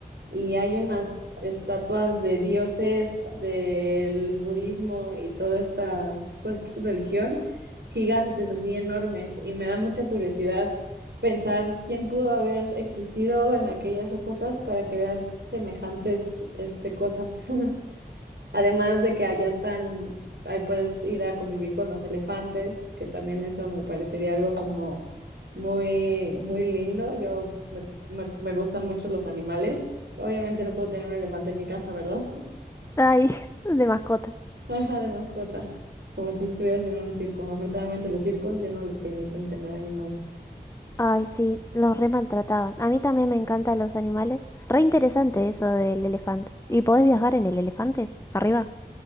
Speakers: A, on the right; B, on the left.
A: y hay unas estatuas de dioses del budismo y toda esta pues religión gigantes, así enormes, y me da mucha curiosidad pensar quién pudo haber existido en aquellas épocas para crear semejantes este cosas. <laughs> Además de que allá están, ahí puedes ir a convivir con los elefantes, que también eso me parecería algo como muy, muy lindo. Yo me, me- me gustan mucho los animales. Obviamente no puedo tener un elefante en mi casa, ¿verdad?
B: Ay, <laughs> de mascota.
A: <laughs> Ajá, de mascota, como si estuvieras en un circo. Afortunadamente los circos ya no les permiten tener animales.
B: Ay, sí, los re maltrataban. A mí también me encantan los animales. Re interesante eso del elefante. ¿Y podés viajar en el elefante? Arriba.